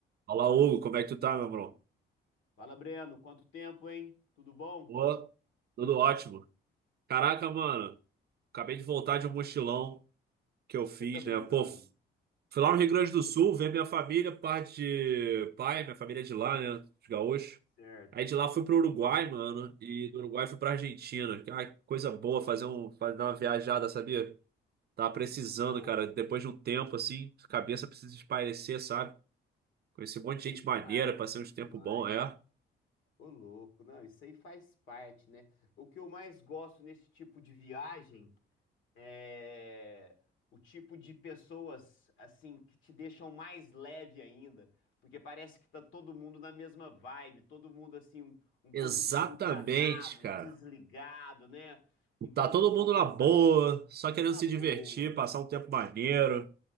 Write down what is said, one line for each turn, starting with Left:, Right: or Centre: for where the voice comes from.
Right: Olá, Hugo, como é que tu tá, meu bro?
Left: Fala, Breno, quanto tempo, hein? Tudo bom?
Right: Pô, tudo ótimo. Caraca, mano, acabei de voltar de um mochilão que eu fiz,
Left: Você tá brincando?
Right: né? Pô, fui lá no Rio Grande do Sul ver minha família, parte de pai, minha família é de lá, né? Os gaúchos.
Left: Certo.
Right: Aí de lá fui pro Uruguai, mano, e do Uruguai fui pra Argentina. Ah, que coisa boa fazer um, fazer uma viajada, sabia? Tava precisando,
Left: Pô,
Right: cara, depois de um tempo assim, cabeça precisa espairecer, sabe? Conheci um monte de
Left: sei
Right: gente
Left: demais,
Right: maneira, passei
Left: sei
Right: uns
Left: demais.
Right: tempo bom, é.
Left: Ô, louco, não, isso aí faz parte, né? O que eu mais gosto nesse tipo de viagem é o tipo de pessoas, assim, que te deixam mais leve ainda, porque parece que tá todo mundo na mesma vibe, todo mundo, assim, um, um
Right: Exatamente,
Left: pouco desencanado,
Right: cara.
Left: desligado, né? Então,
Right: Tá
Left: assim,
Right: todo
Left: são
Right: mundo
Left: pensar
Right: na boa, só querendo
Left: na
Right: se
Left: boa.
Right: divertir, passar um tempo maneiro,